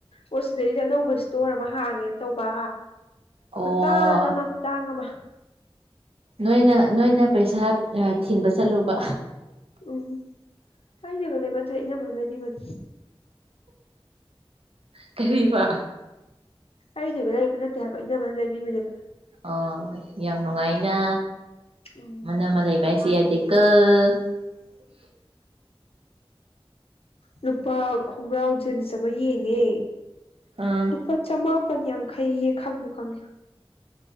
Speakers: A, on the left; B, on the right.
A: ꯑꯣ ꯁꯤꯗꯩꯁꯦ ꯑꯅꯧꯕ ꯏꯁꯇꯣꯔ ꯑꯃ ꯍꯥꯡꯉꯦꯅ ꯇꯧꯕ
B: ꯑꯣ
A: ꯈꯨꯠꯇꯥꯡꯉꯃ ꯈꯨꯠꯇꯥꯡꯉꯃ
B: ꯅꯣꯏꯅ ꯅꯣꯏꯅ ꯄꯩꯁꯥ ꯊꯤꯟꯕ ꯆꯠꯂꯨꯕ
A: ꯎꯝ ꯑꯩꯖꯒ ꯂꯩ ꯃꯟ ꯏꯩꯅ ꯃ ꯂꯩꯗꯤꯕꯅꯤ
B: ꯀꯔꯤ ꯋꯥ
A: ꯑꯩꯅꯦꯒ ꯂꯩ ꯌꯦꯛꯄ ꯅꯠꯇꯦ ꯍꯥꯏꯕ ꯏꯅꯝꯕꯅ ꯂꯩꯕꯤꯕꯅꯦꯕ
B: ꯑꯣ ꯌꯥꯝ ꯅꯨꯡꯉꯥꯏꯅ
A: ꯎꯝ
B: ꯃꯅꯃ ꯂꯩꯕ ꯍꯥꯏꯁꯦ ꯌꯥꯗꯤꯛꯀ <unintelligible>
A: ꯅꯨꯨꯄꯥ ꯈꯣꯡꯒ꯭ꯔꯥꯎ ꯖꯤꯟꯁ ꯑꯃ ꯌꯦꯡꯉꯦ
B: ꯑꯥ
A: ꯂꯨꯄꯥ ꯆꯃꯥꯄꯟ ꯌꯥꯡꯈꯩꯌꯦ ꯈꯪꯕ ꯈꯪꯉꯦ